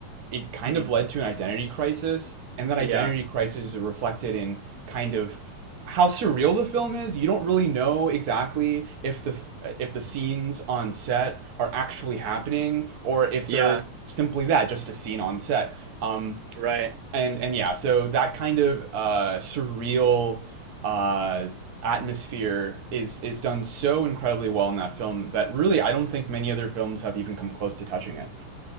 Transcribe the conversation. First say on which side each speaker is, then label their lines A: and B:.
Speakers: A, on the right; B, on the right.
A: it kind
B: hmm
A: of led to an identity crisis, and that identity
B: Yeah.
A: crisis is reflected in kind of how surreal the film is. You don't really know exactly if the if the scenes on set are actually happening or if
B: Yeah.
A: they're simply that, just a scene on set. Um,
B: Right.
A: and and yeah, so that kind of uh, surreal uh, atmosphere is is done so incredibly well in that film that really I don't think many other films have even come close to touching it.